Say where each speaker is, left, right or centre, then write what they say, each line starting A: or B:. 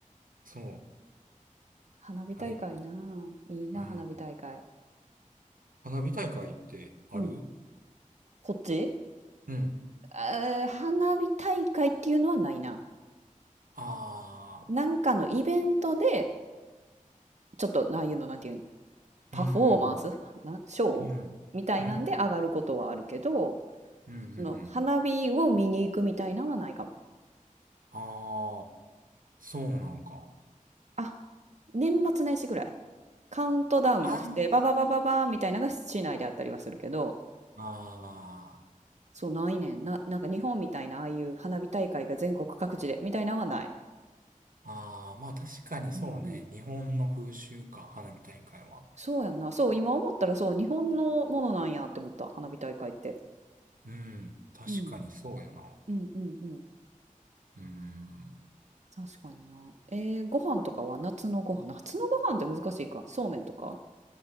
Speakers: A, on the right; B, on the right.
A: そう、
B: 花火大会なあ、
A: あれが。
B: いいな、
A: うん。
B: 花火大会。
A: 花火大会ってある
B: うん。こっち
A: うん。
B: えー花火大会っていうのはないな。
A: あ
B: なんかのイベントで、ちょっと、ああいうの、なんていうんパフォーマンス、
A: あ、うんうん
B: な、ショーみたいなんで上がることはあるけど、
A: うん。うん。うん。うんうんうん。
B: その花火を見に行くみたいなのはないかも。
A: ああ、そうなんか。
B: あ、年末年始ぐらい。カウントダウンして、
A: ああ、
B: バババババーみたいなのが市内であったりはするけど、
A: あ
B: そうないねん。な、なんか日本みたいなああいう花火大会が全国各地でみたいなのはない。
A: あ、ああ、まあ確かにそうね。
B: うんうん。
A: 日本の風習か、花火大会は。
B: そうやんな。そう、今思ったらそう、日本のものなんやって思った。花火大会って。
A: うん。確かにそうやな。
B: うん。うんうんうん。
A: うん。
B: 確かにな。えー、ご飯とかは夏のご飯。夏のご飯って難しいか。そうめんとか